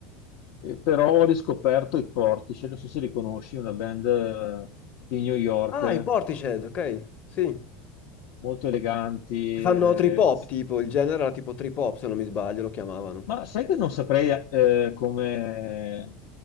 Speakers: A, on the left; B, on the left.
A: eh, Però ho riscoperto i Portishead, non so se li conosci, una band eh, di New York,
B: Ah, i Portishead, ok, sì. Che
A: molto eleganti,
B: fanno
A: eh,
B: trip hop, tipo, il genere era tipo trip hop, se non mi sbaglio, lo chiamavano.
A: Ma sai che non saprei eh, come